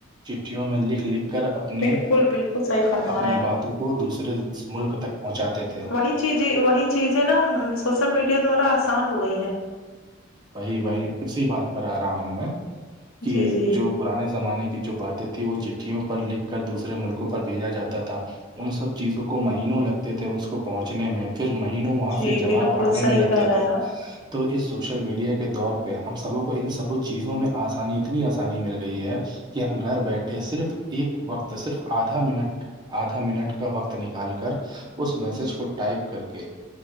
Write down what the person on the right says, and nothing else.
چٹھیوں میں لکھ لکھ کر اپنے اپنے
اپنی
باتوں کو دوسرے ملک تک پہنچاتے تھے
وہی وہی اسی بات پر آ رہا ہوں میں کہ
جو پرانے زمانے کی جو باتیں تھیں وہ چٹھیوں پر لکھ کر دوسرے ملکوں پر بھیجا جاتا تھا ان سب چیزوں کو مہینوں لگتے تھے اس کو پہنچنے میں پھر مہینوں وہاں
سے جواب
آنے
میں لگتے
تھے
تو اس سوشنا ل میڈیا کے دور پہ ہم سبوں کو ان سب چیزوں میں آسانی اتنی آسانی مل گئی ہے کہ ہم گھر بیٹھے صرف ایک وقت صرف آدھا منٹ آدھا منٹ کا وقت نکال کر اس میسج کو ٹائپ کر کے